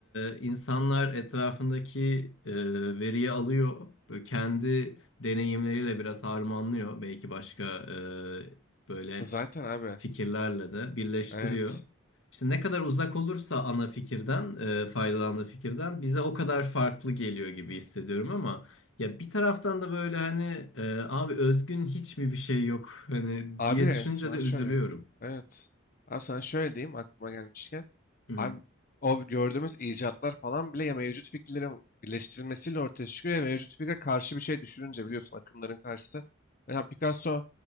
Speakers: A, on the left; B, on the left.
A: e, insanlar etrafındaki e, veriyi alıyor, böyle kendi deneyimleriyle biraz harmanlıyor, belki başka e, böyle
B: Zaten abi.
A: fikirlerle de birleştiriyor.
B: Evet.
A: İşte ne kadar uzak olursa ana fikirden, e, faydalandığı fikirden bize o kadar farklı geliyor gibi hissediyorum ama ya bir taraftan da böyle hani e, abi özgün hiç mi bir şey yok hani
B: Abi
A: diye düşünce
B: sana
A: de üzülüyorum.
B: şöyle. Evet. Abi sana şöyle diyeyim aklıma gelmişken.
A: Hı hı.
B: Abi o gördüğümüz icatlar falan bile ya mevcut fikirlerin birleştirilmesiyle ortaya çıkıyor ya mevcut fikre karşı bir şey düşününce biliyorsun akımların karşısı. Mesela Picasso